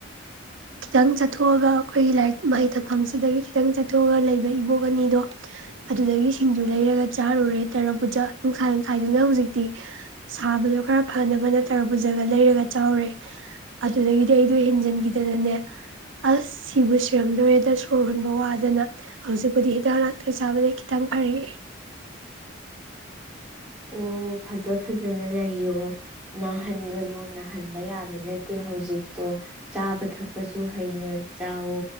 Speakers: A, on the right; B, in the centre.
A: ꯈꯤꯇꯪ ꯆꯠꯊꯣꯛꯑꯒ ꯑꯩꯈꯣꯏꯒꯤ ꯂꯥꯏꯔꯤꯛ ꯃꯍꯩ ꯇꯛꯐꯝꯁꯤꯗꯒꯤ ꯈꯤꯇꯪ ꯆꯠꯊꯣꯛꯑꯒ ꯂꯩꯕ ꯏꯕꯣꯛ ꯑꯅꯤꯗꯣ ꯑꯗꯨꯗꯒꯤ ꯁꯤꯡꯖꯨ ꯂꯩꯔꯒ ꯆꯥꯔꯨꯔꯦ ꯇꯔ ꯄꯨꯖ ꯅꯨꯡꯁꯥꯏ ꯅꯨꯡꯁꯥꯏꯗꯨꯅ ꯍꯧꯖꯤꯛꯇꯤ ꯁꯥꯕꯗꯣ ꯈꯔ ꯐꯅꯕꯅ ꯇꯔ ꯄꯨꯖꯒ ꯂꯩꯔꯒ ꯆꯥꯔꯦ ꯑꯗꯨꯗꯒꯤꯗꯤ ꯑꯩꯗꯣ ꯍꯦꯟꯖꯤꯟꯈꯤꯗꯅꯅꯦ ꯑꯁ ꯁꯤꯕꯨ ꯁꯤꯔꯝꯗꯣꯔꯦꯗ ꯁꯣꯔ ꯍꯣꯟꯕ ꯋꯥꯗꯅ ꯍꯧꯖꯤꯛꯄꯨꯗꯤ ꯍꯤꯗꯥꯛ ꯂꯥꯡꯊꯛ ꯆꯥꯕꯗ ꯈꯤꯇꯪ ꯐꯔꯛꯑꯦ
B: ꯑꯣ ꯐꯖ ꯐꯖꯅ ꯂꯩꯌꯣ ꯅꯥꯍꯟꯒꯅꯣ ꯅꯥꯍꯟꯕ ꯌꯥꯕ ꯅꯠꯇꯦ ꯍꯧꯖꯤꯛꯇꯣ ꯆꯥꯕ ꯊꯛꯄꯁꯨ ꯍꯩꯅ ꯆꯥꯋꯣ